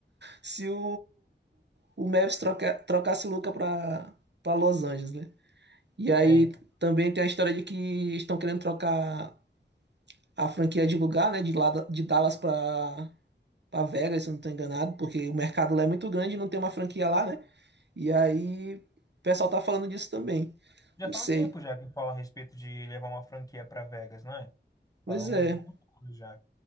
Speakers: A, on the right (about 70°); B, on the left (about 20°).
A: se o, o, o Mavis troca, trocasse o Luca para para Los Angeles, né? E aí
B: É, então.
A: também tem a história de que estão querendo trocar a franquia de lugar, né? De, lá, da- de Dallas para para Vegas, se eu não estou enganado, porque o mercado lá é muito grande e não tem uma franquia lá, né? E aí o pessoal tá falando disso também.
B: Já
A: Não
B: faz
A: sei.
B: um tempo já que fala a respeito de levar uma franquia pra Vegas, não é? Faz
A: Pois
B: uns
A: é,
B: bons anos já.